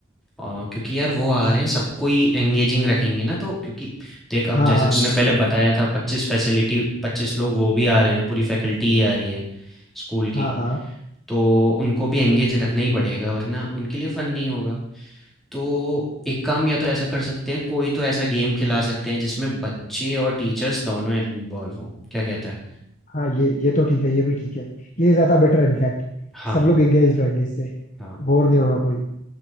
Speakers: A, in the centre; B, on the left (about 35°).
A: आ, क्योंकि यार वो आ रहे हैं सबको ही एंगेजिंग रखेंगे ना तो क्योंकि देख अब
B: हाँ
A: जैसे
B: हाँ
A: तूने पहले बताया था पच्चीस फैसिलिटी पच्चीस लोग वो भी आ रहे हैं पूरी फैकल्टी ही आ रही है स्कूल की
B: हाँ हाँ
A: तो उनको भी एंगेज रखना ही पड़ेगा वरना उनके लिए फन नहीं होगा तो एक काम या तो ऐसा कर सकते हैं कोई तो ऐसा गेम खिला सकते हैं जिसमें बच्चे और टीचर्स दोनों इन्वॉल्व हों क्या कहता है
B: हाँ ये ये तो ठीक है ये भी ठीक है ये ज्यादा बेटर है इनफैक्ट
A: हाँ
B: सब लोग एंगेज रहेंगे इससे
A: हाँ
B: बोर नहीं होगा कोई